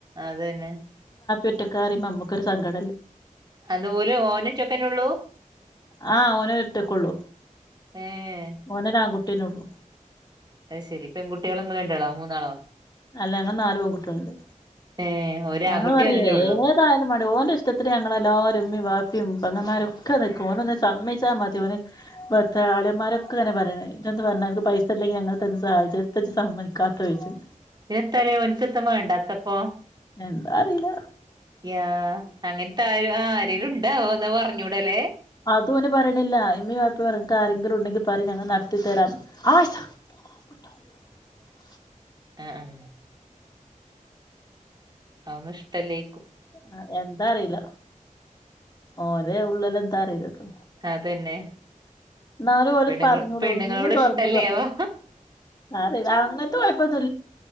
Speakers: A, on the right; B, on the left.
A: അതന്നെ
B: ഒറ്റക്കാറിയുമ നമ്മുക്കൊരു സങ്ക
A: അതുപോലെ ഓനൊ റ്റക്കെന്നൊള്ളൂ?
B: ആ ഓനൊരൊറ്റക്കൊള്ളു.
A: ഏഹ്
B: ഓനൊരാൺകുട്ടിയന്നൊള്ളു.
A: അത് ശരി, പെൺകുട്ടിയള് ഇങ്ങള് രണ്ടാളോ മൂന്നാളോ?
B: അല്ല ഞങ്ങള് നാല് പെൺകുട്ടിയാള്ണ്ട്.
A: ഏഹ് ഒരാൺകുട്ടി
B: ഞങ്ങള് പറയേ
A: ഓനന്നെ ഉള്ളൂ
B: ഏതായാലും മാണ്ടില, ഓന്റെ ഇഷ്ടത്തിന് ഞങ്ങളെല്ലാരും മ്മി വാപ്പിയും പങ്ങന്മാരൊക്കെ നിക്കും ഓന് ഒന്ന് സമ്മിച്ചാൽ മതി ഓന് ആളിയന്മാരൊക്കെെ പ ഇജൊന്ന് പർഞ്ഞ, അൻക്ക് പൈസല്ലെങ്കി ഞങ്ങള് തന്ന് സഹായിച്ച, എത്തജ് സമ്മയ്ക്കാത്തേ ചോയ്ച്ചും.
A: പിന്നത്തലേ ഒൻക്ക് ത്ത വേണ്ടാത്തപ്പോ
B: എന്താ അറീല
A: യാ അങ്ങനത്തെ ആ ആരെലും ഉണ്ടാവോ ന്നാ പറഞ്ഞൂടല്ലേ
B: അത് ഓന് പറിണില്ല. ഇമ്മിം, വാപ്പിം പറ്യ അൻക്കാരെ- രെങ്കിലുണ്ടെങ്കി പറി, ഞങ്ങള് നടത്തിത്തരാന്ന് ആഷ <unintelligible>
A: അ അ അവനിഷ്ടല്ലേ
B: അ എന്താ അറിയില ഓന്റെ ഉള്ളിലെന്താറീലല്ലോ
A: അതന്നെ
B: ന്നാലും ഓന്
A: പെണ്ണുങ്ങ
B: പർഞ്ഞൂടെ,
A: പെണ്ണുങ്ങളോട്
B: ഒന്ന് തല
A: ഇഷ്ടല്ലേ
B: ഒന്ന് പ
A: ആവോ
B: ആ അറീല, അങ്ങൻത്തെ കൊയ്പ്പൊന്നു